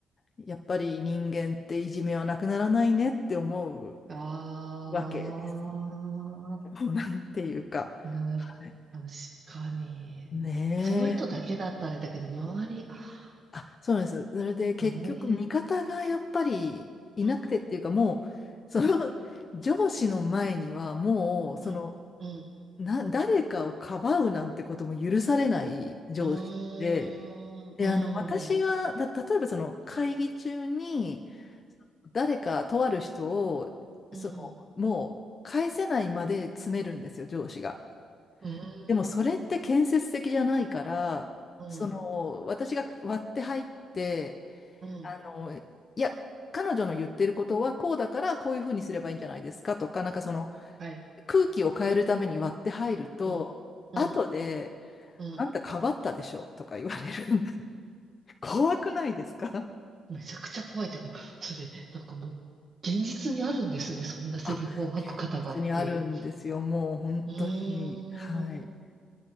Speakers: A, on the left; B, on the right.
A: やっぱり人間っていじめはなくならないねって思う
B: あ
A: わけです。もうなんていうか。
B: あ、なる、
A: はい。
B: 確かに。
A: ねえ。
B: その人だけだったらあれだけど、周り、あ
A: あ、そうなんです。それで結局味方がやっぱりいなくてっていうかもう、
B: あ、そういう。うん。
A: その上司の前にはもう、その、
B: うん。うん。
A: な、誰かをかばうなんてことも許されない上司で、
B: うーん。
A: で、
B: うん。
A: あの、私が、た、例えばその会議中に、誰かとある人を、
B: うん。
A: その、
B: うん。
A: もう返せないまで詰めるんですよ、上司が。
B: うん。
A: でもそれって建設的じゃないから、
B: うん。
A: その、私が割って入って、
B: うん。
A: あの、いや、彼女の言ってることはこうだからこういうふうにすればいいんじゃないですかとか、なんかその
B: はい。
A: 空気を変えるために割って入ると、
B: うん。うん。
A: 後で、
B: うん。
A: あんたかばったでしょとか言われる。<laughs> 怖くないですか
B: めちゃくちゃ怖いっていうか、それ、なんかもう、現実にあるんですね、そんなセリフを吐く方がっていう。
A: あ、現実にあるんですよ。もう本当に。
B: うーん。
A: はい。
B: い